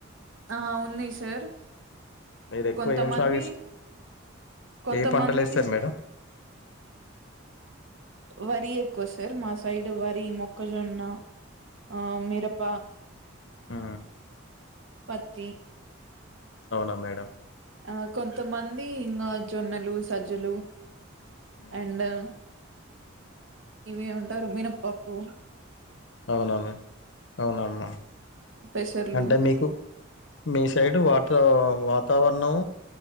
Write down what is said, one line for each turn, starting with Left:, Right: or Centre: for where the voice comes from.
Right: ఆ ఉన్నాయి సార్
Left: మీరు ఎక్కువ
Right: కొంతమంది
Left: ఏం సాగిస్
Right: కొంతమందికి
Left: ఏ పంటలేస్తారు మేడం?
Right: వరి ఎక్కువ సార్. మా సైడ్ వరి, మొక్కజొన్న ఆ మిరప
Left: ఆ
Right: పత్తి
Left: అవునా మేడం
Right: ఆ కొంతమంది ఇంగా జొన్నలు, సజ్జలు
Left: హ్మ్.
Right: అండున్ ఇవే అంటారు మీనప్పప్పు
Left: అవునమ్మె అవునమ్మా
Right: పెసర్లు
Left: అంటే మీకు మీ సైడ్ వాటర్ వాతావరణం